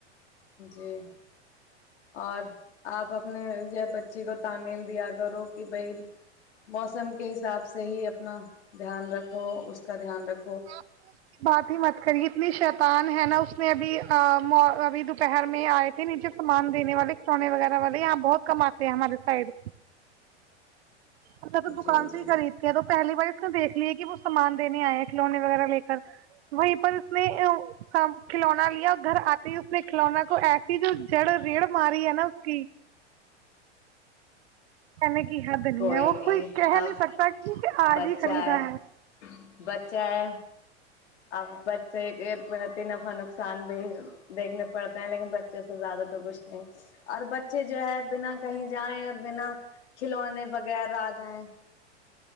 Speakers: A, on the left; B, on the right.
A: جی اور آپ اپنے بچی کو تعمیل دیا کرو کہ بھائی موسم کے حساب سے ہی اپنا دھیان رکھو اس کا دھیان رکھو
B: آپ تو اس کی بات ہی مت کری اتنی شیتان ہے نا اس اس میں ابھی ابھی دوپہر میں آئے تھے نیچے سامان دینے والے کھلونے وغیرہ والے یہاں بہت کماتے ہیں ہمارے سائڈ اچھا تو دکان
A: جی
B: سے
A: جی
B: ہی خرید کے ہیں تو پہلی باری اس دیکھ لییا کہ وہ سامان دینے آئے کھلونے وغیرہ لے کر وہیں پر اس نے کھلونا لیا اور گھر آتے اس نے کھلونا کو ایسی جو جڑ ریڑ ماری ہے نا ج س میں <unintelligible> کی حدنی
A: کوئی
B: ہے وہ <unintelligible>
A: اب
B: نہیں سکتا کہ آج
A: بچہ
B: ہی خریدا
A: ہے بچہ ہے اب بچے ب ت نفع نقصان بھی دیکھنے پڑتا ہیں لیکن بچے سے زیادہ تو کچھ نہیں اور بچے جو ہے بنا کہیں جائیں اور بنا کھلونے بغیر آ جائیں